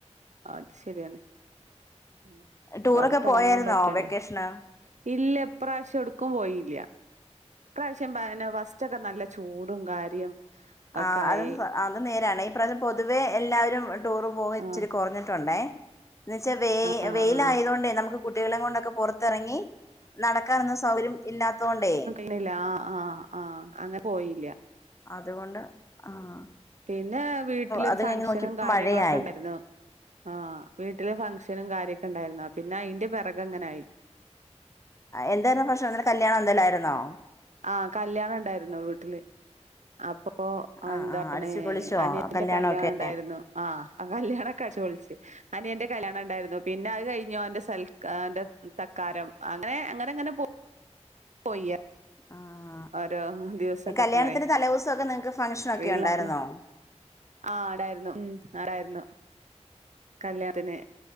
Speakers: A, on the right; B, on the left.
A: അത് ശരിയാണ് ഉം
B: ടൂറൊക്കെ
A: പൊറത്തെറങ്ങാൻ
B: പോയായിരുന്നോ
A: പറ്റണ്ടേ
B: വെക്കേഷന്
A: ഇല്ല ഇപ്രാശ്യം എവ്ടുക്കും പോയില്ല ഇപ്രാശ്യം ബന വസ് ച്ചൊക്കെ നല്ല ചൂടും കാര്യം ഒക്കെ
B: ആഹ്
A: ആയി
B: അത് അത് നേരാണ് ഇപ്രാശ്യം പൊതുവെ എല്ലാരും ടൂർ പോവ ഇച്ചിരി
A: ആഹ്
B: കൊറഞ്ഞിട്ടുണ്ടേ എന്ന് വെച്ചാ വെ
A: ആഹ്
B: വെയിലായതോണ്ടേ
A: ആഹ്
B: നമുക്ക് കുട്ട്യേളെ കൊണ്ടൊക്കെ പൊറത്തെറങ്ങി നടക്കാനൊന്നും സൗകര്യം ഇല്ലാത്തൊണ്ടേ
A: ണില്ല ആഹ് ആഹ് ആഹ് അങ്ങനെ പോയില്ല
B: അത്കൊണ്ട് ആഹ്
A: പിന്നെ വീട്ടിലൊരു
B: അത്
A: ഫങ്ഷനും
B: കഴിഞ്ഞ് നോക്കിയപ്പോ
A: കാര്യങ്ങളൊക്കെ
B: മഴയായി
A: ഉണ്ടായിരുന്നു ആഹ് വീട്ടില് ഫങ്ക്ഷനും കാര്യൊക്കെണ്ടായിരുന്നു പിന്നെ അയിന്റെ പെറകങ്ങെനായി
B: എന്തായിരുന്നു ഫങ്ക്ഷന് എന്തേ കല്യാണം എന്തേല്ലായിര്ന്നോ
A: ആഹ് കല്യാണണ്ടായിരുന്നു വീട്ട്ല് അപ്പൊ പ്പൊ
B: ആഹ്
A: എന്താണ്
B: ആഹ് അടിച്ചു പൊളിച്ചോ
A: അനിയന്റെ
B: കല്യാണൊക്കെ
A: കല്യാണണ്ടായിരുന്നു ആഹ് ആ കല്യാണൊക്കെ അടിച്ചു പൊളിച്ചു അനിയന്റെ കല്യാണം ഇണ്ടായിരുന്നു പിന്നെ അത് കഴിഞ്ഞോന്റെ സൽ ക്കാര തക്കാരം അങ്ങനെ അങ്ങനെങ്ങനെ പോ പോയ
B: ആഹ്
A: ഓരോ ദിവസൊക്കെ
B: കല്യാണത്തിന്റെ
A: അങ്ങനെ
B: തലേദിവസമൊക്കെ നിങ്ങൾക്ക് ഫംഗ്ഷൻ
A: ഫ്രീള്ളപ്പളാ
B: ഒക്കെ ഉണ്ടായിരുന്നോ
A: ആഹ് ടായിരുന്നു മ് ഉണ്ടായിരുന്നു കല്യാണത്തിന്